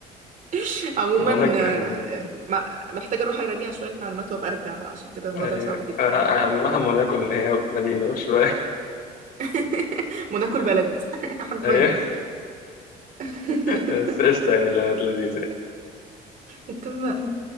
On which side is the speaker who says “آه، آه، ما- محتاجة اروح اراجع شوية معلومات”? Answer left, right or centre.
Right